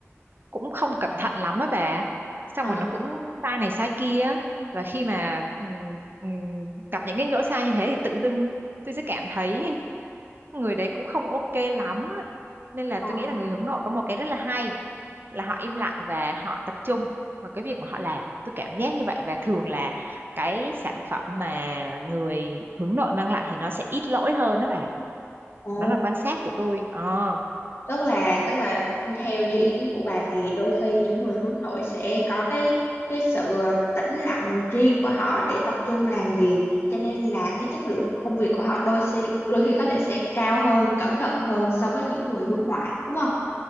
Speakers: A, on the right; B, on the left.
A: cũng không cẩn thận lắm á bà xong
B: Ờ.
A: rồi nó cũng sai này sai kia á. và khi mà ừm, ừm, gặp những cái lỗi sai như thế thì tự dưng tôi sẽ cảm thấy người đấy cũng không ok lắm á. nên là
B: Ờ.
A: tôi nghĩ là người hướng nội có một cái rất là hay là họ im lặng và họ tập trung vào cái việc mà họ làm tôi cảm giác như vậy và thường là cái sản phẩm mà người hướng nội mang lại thì nó sẽ ít lỗi hơn đó bà
B: ồ
A: đó là quan sát của tôi ờ
B: tức là tức là theo như ý kiến của bà thì đôi khi những người hướng nội sẽ có cái cái sự tĩnh lặng riêng của họ để tập trung làm việc cho nên là cái chất lượng công việc của họ đôi khi đôi khi có thể sẽ cao hơn cẩn thận hơn so với những người hướng ngoại đúng không